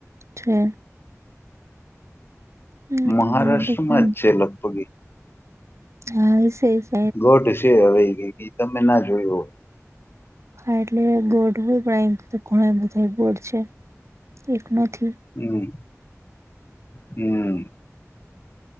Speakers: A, on the right; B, on the left.
A: છે. હમ
B: મહારાષ્ટ્રમાં જ છે લગભગ એ.
A: હા એ છે.
B: ઘટ છે હવે તમે ના જોયું.
A: હા એટલે ગોડ હોય પણ એમ ઘણા બધા ગોડ છે એક નથી.
B: હમ્મ હમ્મ